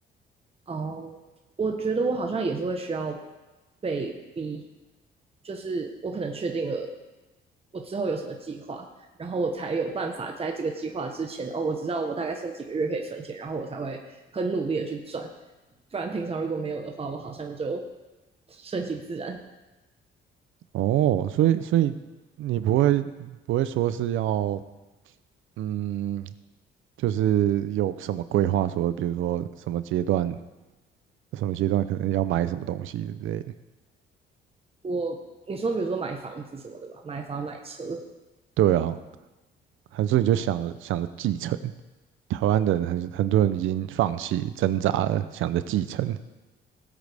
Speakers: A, on the right (about 30°); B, on the right (about 80°).
A: 哦，我觉得我好像也是会需要被逼，就是我可能确定了我之后有什么计划，然后我才有办法在这个计划之前，哦，我知道我大概剩几个月可以存钱，然后我才会很努力的去赚，不然平常如果没有的话，我好像就顺其自然。
B: 哦，所以所以你不会不会说是要嗯，就是有什么规划说，比如说什么阶段什么阶段可能要买什么东西之类的。
A: 我，你说比如说买房子什么的嘛，买房买车，
B: 对啊，还是你就想着想着继承？台湾的人很很多人已经放弃挣扎了，想着继承。